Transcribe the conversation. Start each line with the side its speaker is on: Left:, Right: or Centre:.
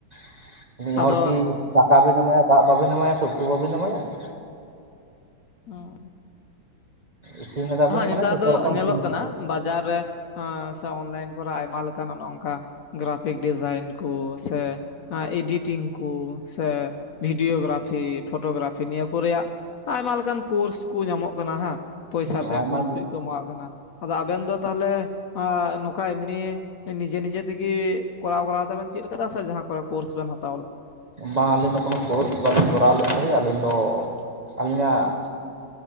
Right: ᱾ ᱢᱤᱫ
Left: ᱟᱫᱚ
Right: ᱦᱚᱲ ᱠᱤ ᱫᱟᱠᱟ ᱵᱤᱱ ᱮᱢᱟᱭᱟ ᱫᱟᱜ ᱵᱟᱵᱤᱱ ᱮᱢᱟᱭᱟ ᱥᱮ ᱩᱛᱩ ᱵᱟᱵᱤᱱ ᱮᱢᱟᱭᱟ ᱾
Left: ᱦᱮᱸ
Right: ᱤᱥᱤᱱ ᱠᱟᱫᱟᱵᱤᱱ ᱢᱟᱱᱮ
Left: ᱱᱮᱛᱟᱨ
Right: ᱡᱷᱚᱛᱚ
Left: ᱫᱚ
Right: ᱨᱚᱠᱚᱢ
Left: ᱧᱮᱞᱚᱜ
Right: ᱤᱥᱤᱱ
Left: ᱠᱟᱱᱟ
Right: ᱠᱟᱜ ᱦᱩᱭᱩᱜᱼᱟ ᱾
Left: ᱵᱟᱡᱟᱨ ᱨᱮ ᱚᱱᱞᱟᱭᱤᱱ ᱠᱚᱨᱮ ᱟᱭᱢᱟ ᱱᱚ ᱝᱠᱟ ᱜᱨᱟᱯᱷᱤᱠ ᱰᱤᱡᱟᱭᱤᱱ ᱾ ᱠᱚ ᱥᱮ ᱮᱰᱤᱴᱤᱝ ᱠᱚ ᱥᱮ ᱵᱷᱤᱰᱭᱳ ᱜᱨᱟᱯᱷᱤ ᱯᱷᱳᱴᱳ ᱜᱨᱟᱯᱷᱤ ᱱᱤᱭᱟᱹ ᱠᱚ ᱨᱮᱭᱟᱜ ᱟᱭᱢᱟ ᱞᱮᱠᱟᱱ ᱠᱳᱨᱥ ᱾ ᱠᱚ ᱧᱟᱢᱚᱜ ᱠᱟᱱᱟ ᱦᱟᱸᱜ ᱯᱚᱭᱥᱟ
Right: ᱦᱮᱸ
Left: ᱛᱮ
Right: ᱟᱭᱢᱟ
Left: ᱠᱳᱨᱥ
Right: ᱜᱮ
Left: ᱠᱚ ᱮᱢᱟᱣᱟᱜ ᱠᱟᱱᱟ ᱾ ᱟᱫᱚ ᱟᱵᱮᱱ ᱫᱚ ᱛᱟᱦᱚᱞᱮ ᱱᱚᱝᱠᱟ ᱮᱢᱱᱤ ᱱᱤᱡᱮ ᱱᱤᱡᱮ ᱛᱮᱜᱮ ᱠᱚᱨᱟᱣ ᱠᱚᱨᱟᱣ ᱛᱮᱵᱮᱱ ᱪᱮᱫ ᱟᱠᱟᱫᱟ ᱥᱮ ᱡᱟᱦᱟᱸ ᱠᱚᱨᱮ ᱠᱳᱨᱥ ᱵᱮᱱ ᱦᱟᱛᱟᱣ ᱞᱮᱫᱟ?
Right: ᱵᱟᱝ ᱟᱹᱞᱤᱧ ᱫᱚ ᱠᱳᱱᱳ ᱠᱳᱨᱥ ᱵᱟᱹᱞᱤᱧ ᱠᱚᱨᱟᱣ ᱞᱮᱠᱷᱟᱱᱡ ᱟᱹᱞᱤᱧ ᱫᱚ ᱟᱹᱞᱤᱧᱟᱜ